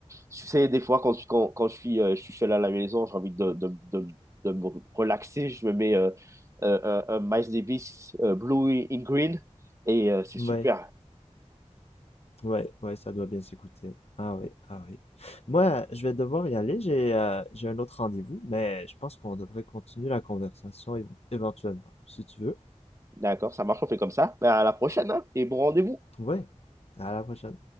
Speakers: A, on the right; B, on the left.
A: tu sais, des fois quand, quand, quand je suis, euh, je suis seul à la maison, j'ai envie de, de, de, de me relaxer, je me mets euh, euh, un- un Miles Davis, euh, Blue in Green, et euh, c'est
B: Ouais.
A: super.
B: Ouais, ouais, ouais, ça doit bien s'écouter. Ah oui, ah oui. Moi, je vais devoir y aller. J'ai euh, j'ai un autre rendez-vous, mais je pense qu'on devrait continuer la conversation éve- éventuellement, si tu veux.
A: D'accord, ça marche, on fait comme ça. Ben, à la prochaine, hein, et bon rendez-vous.
B: Ouais. À la prochaine.